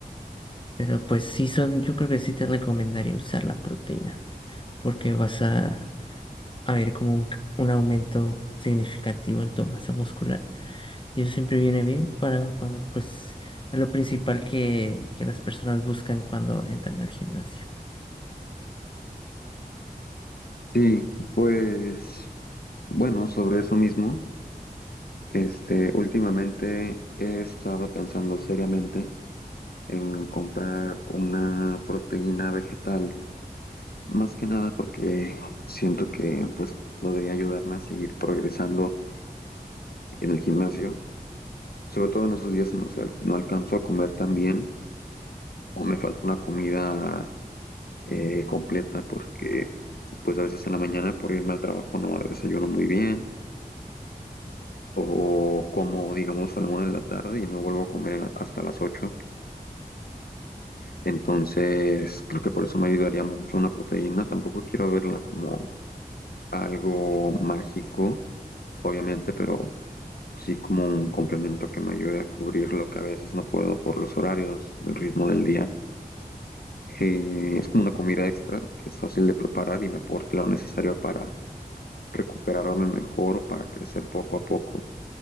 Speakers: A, on the left; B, on the left.
A: Pero pues sí son, yo creo que sí te recomendaría usar la proteína, porque vas a, a ver como un, c- un aumento significativo en tu masa muscular. Y eso siempre viene bien para cuando, pues, es lo principal que, que las personas buscan cuando entran al gimnasio.
B: Sí, pues bueno, sobre eso mismo, este, últimamente he estado pensando seriamente en comprar una proteína vegetal, más que nada porque siento que pues podría ayudarme a seguir progresando en el gimnasio, sobre todo en esos días en los que al- no alcanzo a comer tan bien. o me falta una comida eh, completa porque pues a veces en la mañana por irme al trabajo no desayuno muy bien o como digamos a la una de la tarde y no vuelvo a comer hasta las ocho Entonces creo que por eso me ayudaría mucho una proteína. Tampoco quiero verla como algo mágico, obviamente, pero sí como un complemento que me ayude a cubrir lo que a veces no puedo por los horarios, el ritmo del día. Eh, es como una comida extra que es fácil de preparar y me aporta lo necesario para recuperarme mejor o para crecer poco a poco.